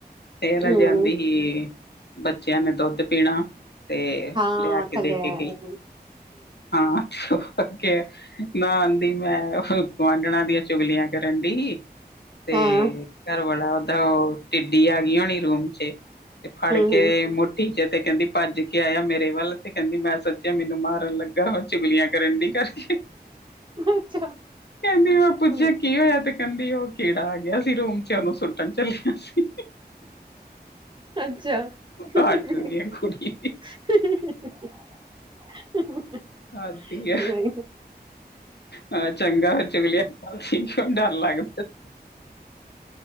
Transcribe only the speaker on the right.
ਹੂੰ
ਹਾਂ
ਥੱਲੇ
ਹੂੰ
ਹਾਂ
ਹੂੰ
ਹੂੰ
ਅੱਛਾ
ਹੂੰ
ਅੱਛਾ। <unintelligible>
ਹਾਂ